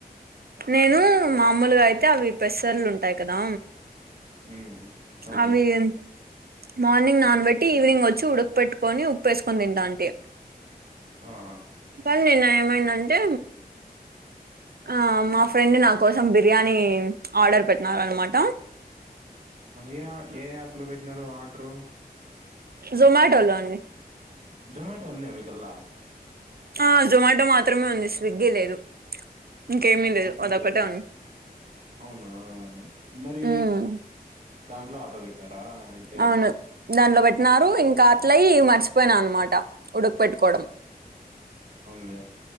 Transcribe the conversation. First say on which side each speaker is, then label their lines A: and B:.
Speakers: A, on the right; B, on the right.
A: నేను మామూలుగా అయితే అవి పెసర్లు ఉంటాయి కదా
B: ఉ అవునులే
A: అవి ఎంత మార్నింగ్ నానబట్టి ఈవినింగ్ వచ్చి ఉడక పెట్టుకొని ఉప్పువేసుకొని తింటానండి
B: ఆహా
A: పని నిను ఏమైనాంటే ఆ మాఫ ఫ్రెండ్ నా కోసం బిర్యానీ ఆర్డర్ పెట్టినార అనమాట
B: ఏ ఏ యాప్ లో పెట్టినారు ఆర్డరు
A: జోమాటోలో అండి
B: జొమ్యాటో అంద మీకల
A: ఆ జొమాటో మాత్రమే ఉంది స్విగ్గీ లేదు ఇంకేమీ
B: స్విగ్గి
A: అదొక్కటే
B: లేదు
A: ఉంది
B: అవునా మరి
A: ఉమ్,
B: దాంట్లో ఆర్డర్ పెట్టినారా అయితే
A: అవును దాంట్లో పెట్టినారు ఇంకా అట్లయి మర్చిపోయిన అన్నమాట ఉడకు పెట్టుకోవడం
B: ఉన్లే